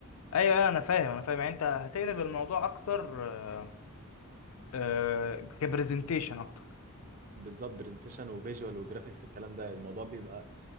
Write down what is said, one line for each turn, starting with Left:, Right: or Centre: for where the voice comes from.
Left: ايوه أيوة، انا فاهم انا فاهم يعني انت هتقلب الموضوع اكتر آه، آه، كبرزنتيشن اكتر
Right: بالظبط برزنتيشن وفيجوال وجرافيكس الكلام ده الموضوع بيبقى